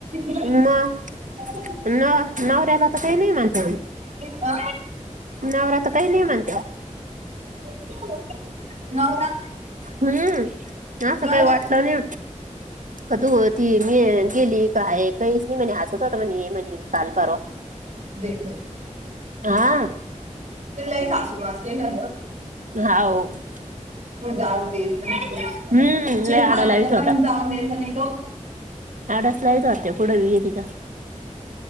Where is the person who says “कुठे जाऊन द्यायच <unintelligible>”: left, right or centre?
Right